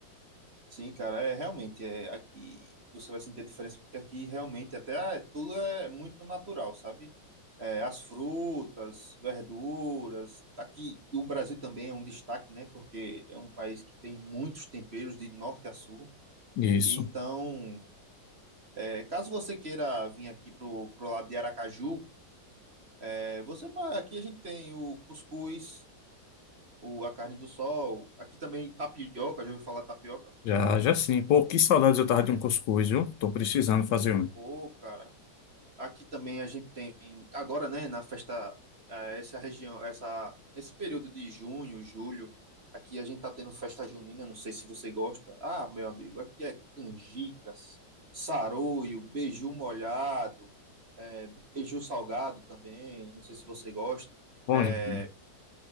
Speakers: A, on the right; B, on the left.
A: Sim, cara, é realmente é aqui você vai sentir a diferença porque aqui realmente até ah, é, tudo é é muito natural, sabe? É, as frutas, verduras, aqui e o Brasil também é um destaque, né? Porque é um país que tem muitos temperos de norte a sul.
B: Isso,
A: E então, é, caso você queira vir aqui pro, pro lado de Aracaju, é, você pa- aqui a gente tem o cuscuz, o, a carne do sol, aqui também tapioca, já ouviu falar tapioca?
B: já, já sim. Pô, que saudades eu tava de um cuscuz, viu? Tô precisando fazer um.
A: Pô, cara, Aqui também a gente tem, agora, né, na festa, eh, essa região, essa, esse período de junho, julho, aqui a gente tá tendo festa junina, não sei se você gosta. Ah, meu amigo, aqui é canjicas, saroio, beiju molhado, beiju salgado também, não sei se você gosta.
B: Bom,
A: É,
B: gente.